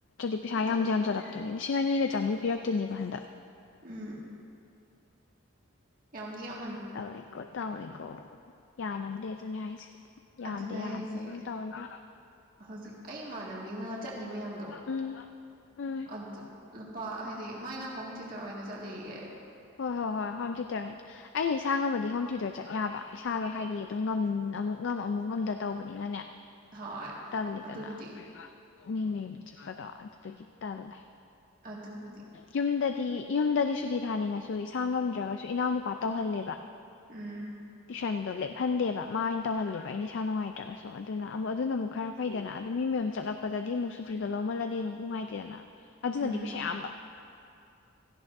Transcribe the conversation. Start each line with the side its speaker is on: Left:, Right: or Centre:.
Left: <unintelligible> ꯄꯩꯁꯥ
Right: ꯑꯗꯨꯅꯦ
Left: ꯌꯥꯝꯖꯨ ꯌꯥꯝꯖꯜꯂꯛꯇꯣꯏꯅꯦ ꯁꯤꯡ ꯑꯅꯤꯒ ꯆꯥꯝꯃꯔꯤ ꯄꯤꯔꯛꯇꯣꯏꯅꯦꯕ ꯍꯟꯗꯛ꯫
Right: ꯎꯝ꯫ ꯌꯥꯝꯅꯤ ꯌꯥꯝ
Left: ꯇꯧꯔꯦꯀꯣ ꯇꯧꯔꯦꯀꯣ ꯑꯣ ꯌꯥꯃꯟꯗꯦ ꯑꯗꯨ ꯅꯦ ꯍꯥꯏꯁꯦ꯫ ꯌꯥꯝꯗ
Right: ꯑꯗꯨꯅꯦ
Left: ꯌꯥꯝꯗꯅ
Right: ꯍꯥꯏꯁꯦ
Left: ꯑꯗꯨꯝ ꯇꯧꯔꯒ
Right: ꯍꯧꯖꯤꯛ ꯑꯩ ꯏꯃꯥꯟꯅꯕꯤꯅ ꯆꯠꯂꯤ ꯃꯌꯥꯝꯗꯣ
Left: ꯎꯝ ꯎꯝ
Right: ꯑꯗꯨ ꯂꯨꯄꯥ ꯍꯥꯏꯗꯤ ꯃꯥꯏꯅ ꯍꯣꯝ ꯇꯨꯇꯔ ꯑꯣꯏꯅ ꯆꯠꯂꯤꯌꯦ꯫
Left: ꯍꯣꯏ ꯍꯣꯏ ꯍꯣꯏ ꯍꯣꯝ ꯇꯌ꯭ꯨꯇꯔ ꯑꯣꯏꯅ ꯑꯩ ꯏꯁꯥ ꯉꯝꯃꯗꯤ ꯍꯣꯝ ꯇ꯭ꯌꯨꯇꯔ ꯆꯠ ꯌꯥꯕ ꯏꯁꯥꯗꯣ ꯍꯥꯏꯗꯤ ꯑꯗꯨꯝ ꯉꯝ ꯑꯃꯨꯛ ꯉꯝ ꯑꯃꯨꯛ ꯉꯝꯗ ꯇꯧꯕꯅꯤꯅꯅꯦ
Right: ꯍꯣꯏ
Left: ꯇꯜ ꯂꯤꯗꯅꯥ
Right: ꯑꯗꯨꯕꯨꯗꯤ
Left: ꯃꯤ ꯃꯌꯨꯝ ꯆꯠꯄꯗꯣ ꯗꯨꯗꯒꯤ ꯇꯜꯂꯦ
Right: ꯑꯗꯨꯕꯨꯗꯤ
Left: ꯌꯨꯝꯗ ꯗꯤ ꯌꯨꯝꯗꯗꯤ ꯁꯨꯇꯤ ꯊꯥꯅꯤꯡꯉꯁꯨ ꯏꯁꯥ ꯉꯝꯗ꯭ꯔꯒꯁꯨ ꯏꯅꯥꯎꯅꯨꯄꯥ ꯇꯧꯍꯜꯂꯦꯕ꯫
Right: ꯎꯝ
Left: ꯇꯨꯏꯁꯟꯗꯣ ꯂꯦꯞ ꯐꯟꯗꯦꯕ ꯃꯥ ꯑꯣꯏꯅ ꯇꯧꯍꯜꯂꯦꯕ ꯑꯩꯅ ꯏꯁꯥ ꯅꯨꯡꯉꯥꯏꯇ꯭ꯔꯒꯁꯨ ꯑꯗꯨꯅ ꯑꯃꯨ ꯑꯗꯨꯅ ꯑꯃꯨꯛ ꯈꯔ ꯐꯩꯗꯅ ꯑꯗ ꯃꯤ ꯃꯌꯨꯝ ꯆꯠꯂꯛꯄꯗꯗꯤ ꯑꯃꯨꯛ ꯁꯨꯇꯤꯗꯣ ꯂꯧꯃꯜꯂꯗꯤ ꯑꯃꯨꯛ ꯅꯨꯡꯉꯥꯏꯇꯦꯗꯅ꯫ ꯑꯗꯨꯅꯗꯤ
Right: ꯎꯝ
Left: ꯄꯩꯁꯥ ꯌꯥꯝꯕ